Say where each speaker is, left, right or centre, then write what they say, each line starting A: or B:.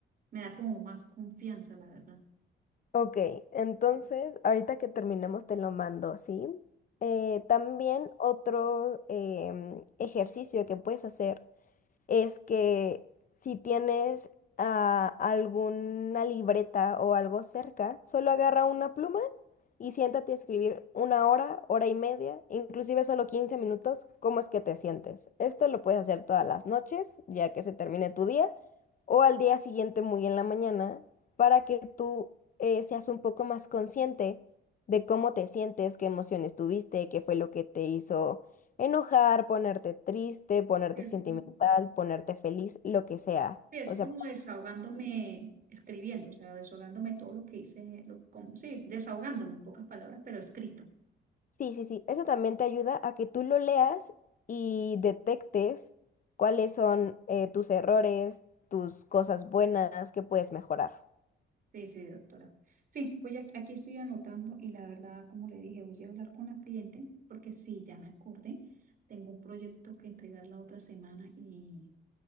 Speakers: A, on the right; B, on the left.
A: me da como más confianza, la verdad.
B: Ok, entonces, ahorita que terminemos te lo mando, ¿sí? Eh, también otro em, ejercicio que puedes hacer es que si tienes ah, alguna libreta o algo cerca, solo agarra una pluma y siéntate a escribir una hora, hora y media, inclusive solo 15 minutos, cómo es que te sientes. Esto lo puedes hacer todas las noches, ya que se termine tu día, o al día siguiente muy en la mañana, para que tú eh, seas un poco más consciente de cómo te sientes, qué emociones tuviste, qué fue lo que te hizo enojar, ponerte triste, ponerte
A: Es
B: sentimental,
A: como,
B: ponerte feliz, lo que sea.
A: sí, es
B: O
A: como
B: sea,
A: desahogándome escribiendo, o sea, desahogándome todo lo que hice, lo, como, sí, desahogándome en pocas palabras, pero escrito.
B: Sí, sí, sí. Eso también te ayuda a que tú lo leas y detectes cuáles son eh, tus errores, tus cosas buenas que puedes mejorar.
A: Sí, sí, doctora. Sí, pues ya aquí estoy anotando y la verdad, como le dije, voy a hablar con la cliente porque sí, ya me acordé. Tengo un proyecto que entregar la otra semana y